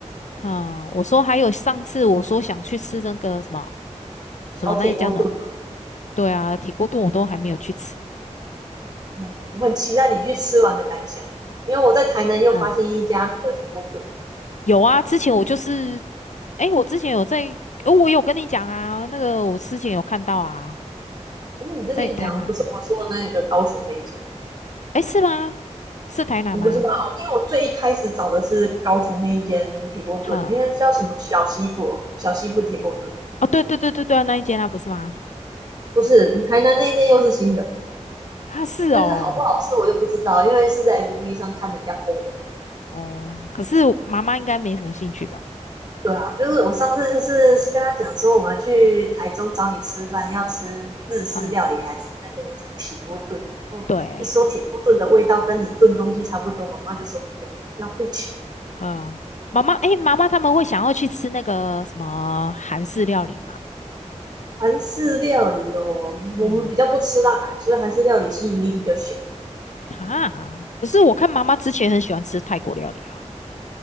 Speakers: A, on the left; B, on the right.
A: 啊、我说还有上次我说想去吃那个什么
B: 小铁锅炖啊。
A: 什么那个叫什么？对啊，铁锅炖我都还没有去吃。
B: 嗯，我很期待你去吃完的感想、欸、因为我在台南又发现一家那个铁锅炖。
A: 嗯，有啊，之前我就是，哎，我之前有在，呃我有跟你讲啊，那个我之前有看到啊。
B: 哎，你之前讲的不是我说的那个高雄那一间，
A: 在台南？哎，是吗？是台南吗？
B: 我不知道哦，因为我最一开始找的是高雄那一间铁锅炖，
A: 呵，
B: 因为叫什么小媳妇哦小媳妇铁锅炖，
A: 哦，对对对对对啊那一间啊，不是吗？
B: 不是台南那间又是新的。
A: 啊，是哦，
B: 但是好不好吃我就不知道，因为是在 FB 上看人家 PO 的。
A: 哦，可是我妈妈应该没什么兴趣吧？
B: 对啊，就是我上次就是跟他讲说，我们去台中找你吃饭，要吃日式料理还是那个铁锅炖。
A: 呵，
B: 哦，
A: 对，
B: 一说铁锅炖的味道跟你炖东西差不多，妈妈就说不要，浪费钱。
A: 呵，妈妈，哎，妈妈他们会想要去吃那个什么韩式料理吗？
B: 韩式料理哦，
A: 嗯，
B: 我们比较不吃辣，所以韩式料理吸引力比较小。
A: 哈，可是我看妈妈之前很喜欢吃泰国料理啊，